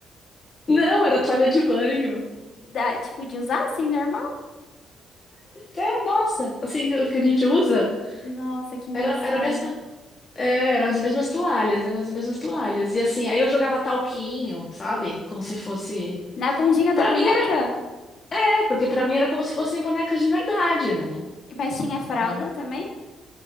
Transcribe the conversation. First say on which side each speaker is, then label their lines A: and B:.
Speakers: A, on the left; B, on the left.
A: <laughs> Não, era toalha de banho.
B: Da, tipo, de usar assim, normal?
A: É, nossa, assim que que a gente usa.
B: Nossa, que engraçado.
A: Era, era a mesma, é, eram as mesmas toalhas, eram as mesmas toalhas. E assim, aí eu jogava talquinho, sabe? Como se fosse.
B: Na bundinha
A: Pra
B: da boneca?
A: mim era, é, porque pra mim era como se fossem bonecas de verdade, né?
B: Mas tinha fralda
A: Entendeu?
B: também?